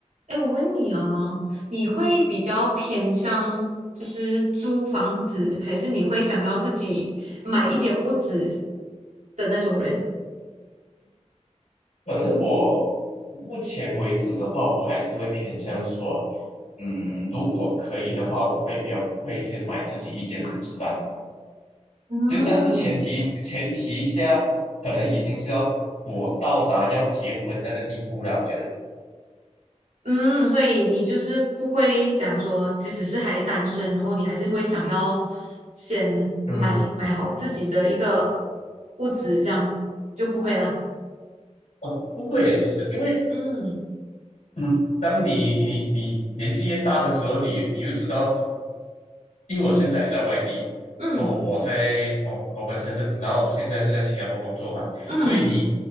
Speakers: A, on the right; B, on the left.
A: 哎，我问你哦，你会比较偏向就是租房子，还是你会想要自己买一间屋子的那种人？
B: 可能我目前为止的话，我还是会偏向说，嗯，如果可以的话，我会比较会去买自己一间屋子吧。
A: 嗯
B: 就但是前提前提下，可能已经是要我到达要结婚那个地步了。我觉得，
A: 嗯，所以你就是不会讲说，即使是还单身，然后你还是会想要先买买好自己的一个
B: 嗯，
A: 屋子，这样就不会啦。
B: 哦，不会耶，其实因为，
A: 嗯
B: 嗯，当你你你年纪越大的时候，你你又知道因为我现在也在外地，
A: 嗯
B: 哦，我在，我我本身是，然后我现在是在新加坡工作嘛，
A: 嗯
B: 所以你